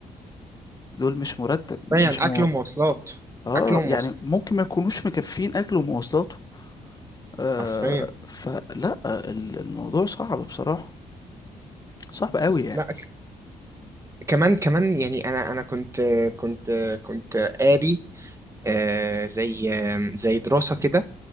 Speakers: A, on the left (about 25°); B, on the right (about 20°).
A: دول مش مرتب مش
B: يعني
A: مو...
B: أكل ومواصلات
A: اه
B: أكل ومواصلات
A: يعني ممكن ما يكونوش مكفين اكله ومواصلاته آه
B: حرفيا
A: فلا ال- الموضوع صعب بصراحة صعب قوي يعني
B: لا ك- كمان كمان يعني انا انا كنت كنت كنت قاري آه، زي آم، زي دراسة كده